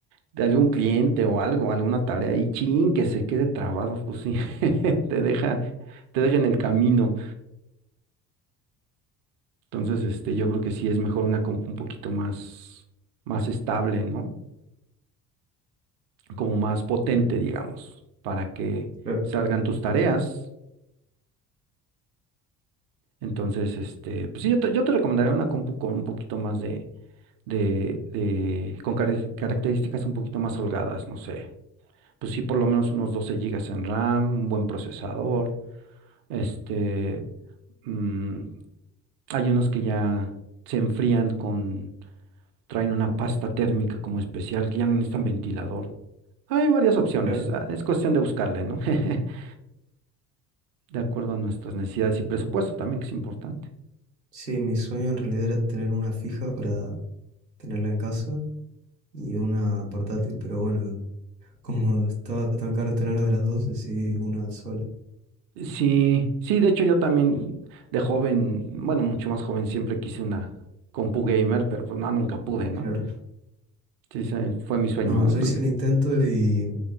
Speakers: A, on the right; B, on the right.
A: de algún cliente o algo, alguna tarea y chin, que se quede trabado, pues sí, <laughs> te deja, te deja en el camino. Entonces, este, yo creo que sí es mejor una compu un poquito más, más estable, ¿no? Como más potente, digamos, para que
B: Claro.
A: salgan tus tareas. Entonces, este, pues sí, yo te, yo te recomendaría una compu con un poquito más de de, de- con care- características un poquito más holgadas, no sé. Pues sí, por lo menos unos doce gigas en RAM, un buen procesador. Este, mm, hay unos que ya se enfrían con, traen una pasta térmica como especial, que ya no necesitan ventilador. Hay varias opciones,
B: Claro.
A: ah, es cuestión de buscarle, ¿no? <laughs> De acuerdo a nuestras necesidades y presupuesto también, que es importante.
B: Sí, mi sueño en realidad era tener una fija para tenerla en casa y una portátil, pero bueno, como estaba tan caro tener de las dos, decidí una sola.
A: Sí, sí, de hecho yo también de joven, bueno, mucho más joven, siempre quise una compu gamer, pero pues no, nunca pude, ¿no?
B: Claro.
A: Sí, ese fue mi sueño,
B: No,
A: ¿no?
B: yo
A: Pero-
B: hice el intento y